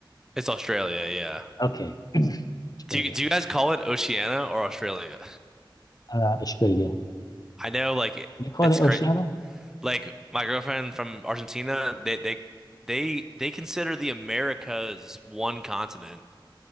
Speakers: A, in the centre; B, on the left.
A: It's Australia, yeah.
B: Okay, <clears throat> Australia.
A: Do you do you guys call it Oceania or Australia?
B: Uh, Australia.
A: I know, like it-
B: You call
A: it's
B: it
A: great.
B: Oceania?
A: Like my girlfriend from Argentina, they they they they consider the Americas one continent,